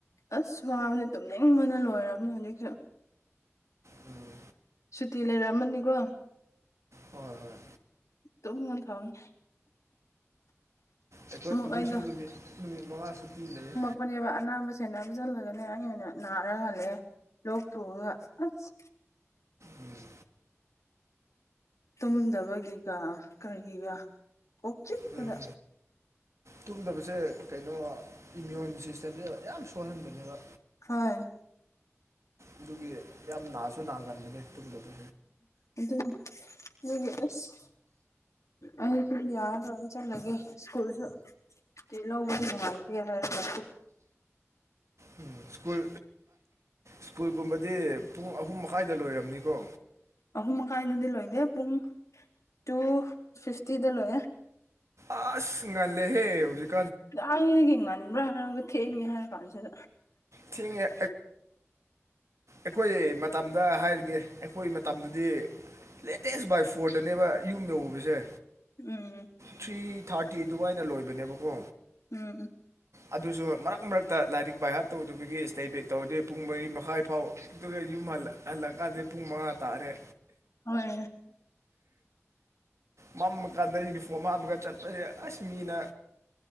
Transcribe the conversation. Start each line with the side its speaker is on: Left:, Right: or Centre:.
Left: ꯑꯁ ꯋꯥꯕꯗꯤ ꯇꯨꯝꯅꯤꯡꯕꯅ ꯂꯣꯏꯔꯕꯅꯦ ꯍꯧꯖꯤꯛꯁꯨ
Right: ꯎꯝ
Left: ꯁꯨꯇꯤ ꯂꯩꯔꯝꯃꯅꯤꯀꯣ
Right: ꯍꯣꯏ ꯍꯣꯏ
Left: ꯇ ꯃ ꯊꯝꯅꯤ
Right: ꯑꯩꯈꯣꯏ
Left: ꯑꯃꯨꯛ
Right: ꯑꯩꯈꯣꯏꯁꯨ
Left: ꯑꯩꯗꯣ
Right: ꯅꯨꯃꯤꯠ ꯅꯨꯃꯤꯠ ꯃꯉꯥ ꯁꯨꯇꯤ ꯂꯩ
Left: ꯄꯄꯅꯦꯕ ꯑꯅꯥꯕ ꯁꯦꯟꯅꯕꯁꯤꯜꯂꯒꯅꯦ ꯑꯩ ꯑꯣꯏꯅ ꯅꯥꯔ ꯍꯜꯂꯛꯑꯦ ꯂꯣꯛ ꯇꯨꯉꯒ ꯑꯁ
Right: ꯎꯝ
Left: ꯇꯨꯝꯗꯕꯒꯤꯒ ꯀꯔꯤꯒꯤꯒ ꯑꯣꯣꯛ ꯆꯤꯛꯄꯗ
Right: ꯎꯝ ꯇꯨꯝꯗꯕꯁꯦ ꯀꯩꯅꯣ ꯏꯃ꯭ꯌꯨꯟ ꯁꯤꯁꯇꯦꯝꯁꯦ ꯌꯥꯝ ꯁꯣꯍꯟꯕꯅꯦꯕ
Left: ꯍꯣꯏ
Right: ꯑꯗꯨꯒꯤ ꯌꯥꯝ ꯅꯥꯁꯨ ꯅꯥꯒꯟꯕꯅꯦ ꯇꯨꯝꯗꯕ
Left: ꯎꯝ ꯑꯗꯨꯒꯤ ꯑꯁ ꯑꯩꯁꯨ ꯌꯥꯔ ꯑꯣꯏꯦ ꯆꯂꯒꯦ ꯁ꯭ꯀꯨꯜꯁꯨ ꯇꯂꯣꯕꯨ ꯅꯨꯡꯉꯥꯏꯗ ꯍꯥꯏꯔꯒ
Right: ꯎꯝ ꯁ꯭ꯀꯨꯜ ꯁ꯭ꯀꯨꯜꯒꯨꯝꯕꯗꯤ ꯄꯨꯡ ꯑꯍꯨꯝ ꯃꯈꯥꯏꯗ ꯂꯣꯏꯝꯅꯤꯀꯣ
Left: ꯑꯍꯨꯝ ꯃꯈꯥꯏꯗꯨꯗꯤ ꯂꯣꯏꯗꯦ ꯄꯨꯡ ꯇꯨ ꯐꯤꯐꯇꯤꯗ ꯂꯣꯏꯌꯦ
Right: ꯑꯁ ꯉꯜꯂꯦꯍꯦ ꯍꯧꯖꯤꯛ
Left: ꯀꯔꯤꯒꯤ ꯉꯜꯕꯔ ꯅꯪꯁꯨ ꯊꯦꯡꯅꯤꯉꯔ‌ꯦ ꯍꯥꯏꯔꯀꯜꯁꯤꯗ
Right: ꯊꯦꯡꯉꯦ ꯑꯩꯈꯣꯏ ꯃꯇꯝꯗ ꯍꯥꯏꯔꯤꯒꯦ ꯑꯩꯈꯣꯏ ꯃꯇꯝꯗꯗꯤ ꯂꯦꯇꯦꯁ ꯕꯥꯏ ꯐꯣꯔꯗꯅꯦꯕ ꯌꯨꯝ ꯌꯧꯕꯧꯕꯁꯦ
Left: ꯎꯝ
Right: ꯊ꯭ꯔꯤ ꯊꯥꯔꯇꯤ ꯑꯗꯨꯃꯥꯏꯅ ꯂꯣꯏꯕꯅꯦꯕꯀꯣ
Left: ꯎꯝ
Right: ꯑꯗꯨꯁꯨ ꯃꯔꯛ ꯃꯔꯛꯇ ꯂꯥꯏꯔꯤꯛ ꯕꯥꯏ ꯍꯥꯔꯠ ꯇꯧꯗꯕꯒꯤ ꯏꯁꯇꯦꯕꯦꯛ ꯇꯧꯔꯗꯤ ꯄꯨꯡ ꯃꯔꯤ ꯃꯈꯥꯏ ꯐꯥꯎ ꯑꯗꯨꯒ ꯌꯨꯝ ꯍꯜ ꯂꯥꯛꯀꯗ ꯄꯨꯃ ꯇꯔꯦ
Left: ꯍꯣꯏ
Right: ꯃꯝꯃ ꯀꯥꯟꯗ ꯌꯨꯅꯤꯐꯣꯔꯝ ꯍꯥꯝꯃꯒ ꯆꯠꯄꯁꯦ ꯑꯁ ꯃꯤꯅ